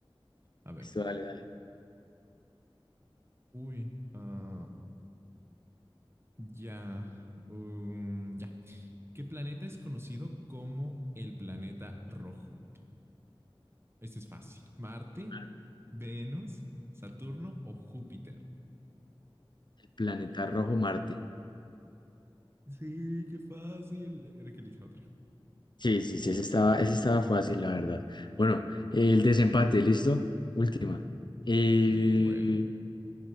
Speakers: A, on the right; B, on the left.
A: A ver.
B: Listo, dale, dale.
A: Uy, ah, ya. um, ya. ¿Qué planeta es conocido como el planeta rojo? Este es fácil. ¿Marte,
B: Marte.
A: Venus, Saturno o Júpiter?
B: El planeta rojo Marte.
A: Sí, qué fácil. Era que elija otra.
B: Sí, sí, sí, ese estaba, ese estaba fácil, la verdad. Bueno, el desempate, ¿listo? Última. Eh,
A: Bueno.